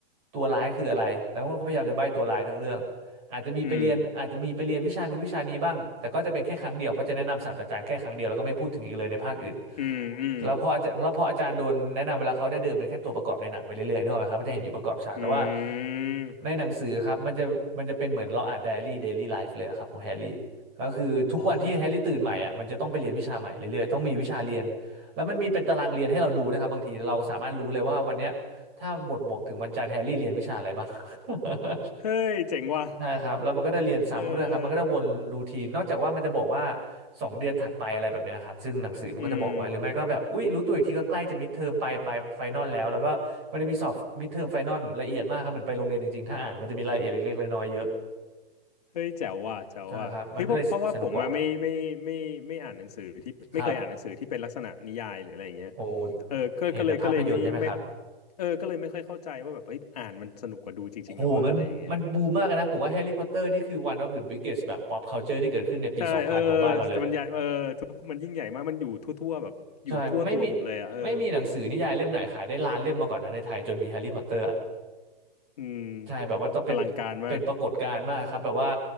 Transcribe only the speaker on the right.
ตัวร้ายคืออะไรแล้วมันก็พยายามจะใบ้ตัวร้ายทั้งเรื่องอาจจะมีไปเรียนอาจจะมีไปเรียนวิชานู้นวิชานี้บ้างแต่ก็จะเป็นแค่ครั้งเดียวเพราะจะแนะนำศาสตราจารย์แค่ครั้งเดียวแล้วก็ไม่พูดถึงอีกเลยในภาคอื่น
แล้วพออาจารย์แล้วพออาจารย์โดนแนะนำเวลาเขาได้เดินเป็นแค่ตัวประกอบในหนังไปเรื่อยๆนึกออกไหมครับก็จะเห็นอยู่ประกอบฉากแต่ว่า
ในหนังสือครับมันจะมันจะเป็นเหมือนเราอ่านไดอารี่เดลี่ไลฟ์เลยอะครับของแฮร์รี่ ก็คือทุกวันที่แฮร์รี่ตื่นใหม่อ่ะมันจะต้องไปเรียนวิชาใหม่เรื่อยๆต้องมีวิชาเรียน
แล้วมันมีเป็นตารางเรียนให้เราดูนะครับบางทีเราสามารถรู้เลยว่าวันเนี้ยถ้าบทบอกถึงวันจันทร์แฮร์รี่เรียนวิชาอะไรบ้าง <laughs>
ใช่ครับแล้วมันก็ได้เรียนซ้ำด้วยครับมันก็ได้วนรูทีนนอกจากว่ามันจะบอกว่า
สองเดือนถัดไปอะไรแบบเนี้ยครับซึ่งหนังสือมันก็จะบอกไว้หรือไม่ก็แบบอุ๊ยรู้ตัวอีกทีก็ใกล้จะมิดเทอมไปไปไฟนอลแล้วแล้วก็มันจะมีสอบมิดเทอมไฟนอลละเอียดมากครับเหมือนไปโรงเรียนจริงๆถ้าอ่านมันจะมีรายละเอียดเล็กๆน้อยๆเยอะ
ใช่ครับมันก็เลยสนุกกว่าครับ โอ้
เห็นแต่ภาพยนตร์ใช่ไหมครับ
โหมันมันบูมมากนะผมว่าแฮร์รี่พอตเตอร์นี่คือ one of the biggest แบบ pop culture ที่เกิดขึ้นในปี2000ของบ้านเราเลย
ใช่ไม่มีไม่มีหนังสือนิยายเล่มไหนขายได้ล้านเล่มมาก่อนนะในไทยจนมีแฮร์รี่พอตเตอร์
ใช่แบบว่าต้องเป็น
เป็นปรากฏการณ์มากครับแบบว่า